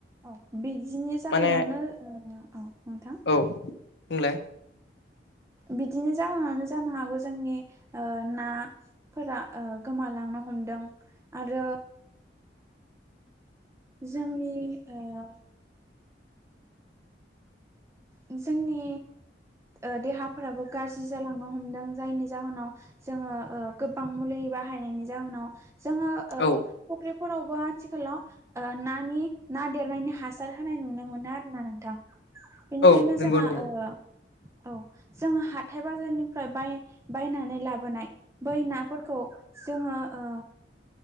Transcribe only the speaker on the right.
औ बिदिनि जाहोनावनो
ओ औ नोंथां
बिदिनो जाहोनावनो जानो हागौ जोंनि ओ ना फोरा ओ गोमालांनो हमदों आरो जोंनि ओ जोंनि ओ देहाफोराबो गाज्रि जालांनो हमदों जायनि जाहोनाव जोङो ओ गोबां मुलि बाहायनायनि जाहोनाव जोङो
ओ फुख्रिफोरावबो आथिखालाव ओ नानि ना देरनायनि हासार होनाय नुनो मोनो आरो ना नोंथां बेनिखायनो
जोंहा
ओ औ। जोङो हाथाइ बाजारनिफ्राय बाय बायनानै लाबोनाय। बै नाफोरखौ जोङो ओ।